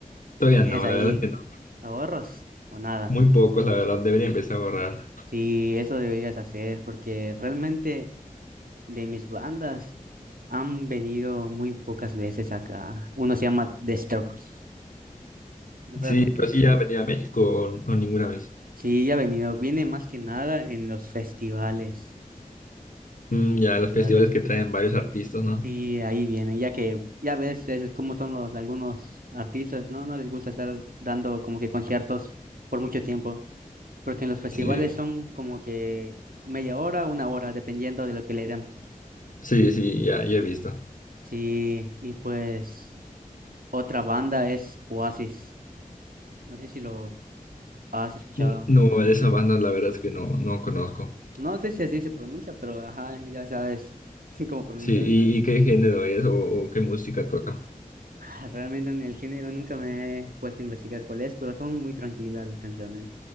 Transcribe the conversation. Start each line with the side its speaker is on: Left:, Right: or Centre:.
Left: Todavía
Right: tienes
Left: no,
Right: ahí
Left: la verdad es que no,
Right: ahorros o nada?
Left: muy pocos, la verdad, debería empezar a ahorrar.
Right: Sí, eso deberías hacer porque realmente de mis bandas han venido muy pocas veces acá. Uno se llama The Strokes. Realmente.
Left: Sí, pero sí ya venía a México o, o ninguna vez.
Right: Sí, ha venido. Viene más que nada en los festivales. Sí,
Left: Mm, ya
Right: festivales.
Left: los festivales que traen varios artistas, ¿no?
Right: Sí, ahí vienen, ya que ya ves es como son los algunos artistas, ¿no? No les gusta estar dando como que conciertos por mucho tiempo, porque en los festivales
Left: Sí,
Right: son como que media hora, una hora, dependiendo de lo que le den.
Left: sí, sí, ya, ya he visto.
Right: Sí, y pues otra banda es Oasis. No sé si lo has escuchado.
Left: N- No, de esa banda la verdad es que no, no conozco.
Right: No sé si así se pronuncia, pero ajá, ya sabes <laughs> cómo pronunciar.
Left: Sí, ¿y, y qué género es o, o qué música toca?
Right: Ah, Realmente en el género nunca me he puesto a investigar cuál es, pero son muy tranquilas las canciones.